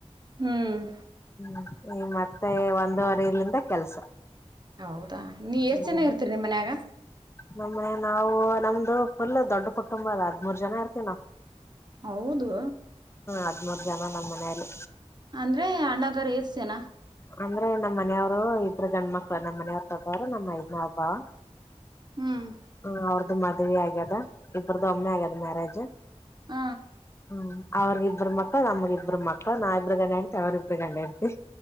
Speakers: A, on the right; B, on the left.
A: ಹ್ಮ್
B: ಹ್ಮ್ ಮತ್ತೆ ಒಂದೂುವರೆ ಇಲ್ಲಿಂದ ಕೆಲ್ಸ
A: ಹೌದಾ ನೀ ಎಷ್ಟ್
B: ಹ್ಮ್
A: ಚೆನ್ನಾಗಿರ್ತೀರಿ ನಿಮ್ಮ ಮನ್ಯಾಗ
B: ನಮ್ಮನೆ ನಾವು ನಮ್ದು ಫುಲ್ ದೊಡ್ಡ ಕುಟುಂಬ ಅಲ್ಲ ಹದ್್ಮೂರ್ ಜನ ಇರ್ತೀವಿ ನಾವವು
A: ಹೌದು
B: ಹದ್ಮೂರ್ ಜನ ನಮ್ಮ್ ಮನಲಿ
A: ಅಂದ್ರೆ ಅಣ್ಣದರ ಎಏಷ್ಟ ಜನ
B: ಅಂದ್ರೆ ನಮ್ಮ್ ಮನೆಯವರು ಇಬ್ರು ಗಂಡ ಮಕ್ಳು ನಮ್ಮ್ ಮನೆಯವ್ರ ತಬ್ಬವ್ರು ನಮ್ಮ ದ್ನ ಹಬ್ಬ ಹ
A: ಹ್ಮ್
B: ಹ ಅವ್ರ್ದ ಮದವಿ ಆಗ್ಯದ ಇಬ್ರ್ದು ಒಮ್ಮೆ ಆಗ್ಯದ ಮ್ಯಾರೇಜ್
A: ಹ
B: ಹ್ಮ ಅವ್ರಗ ಇಬ್ಬ್ರ ಮಕ್ಕಳ ನಮಗ ಇಬ್ರು ಮಕ್ಕಳ ನಾ ಇಬ್ಬರು ಗಂಡ ಅಂತೆ ಅವ್ರರಿಬ್್ರ ಗಂಡ ಅತಿ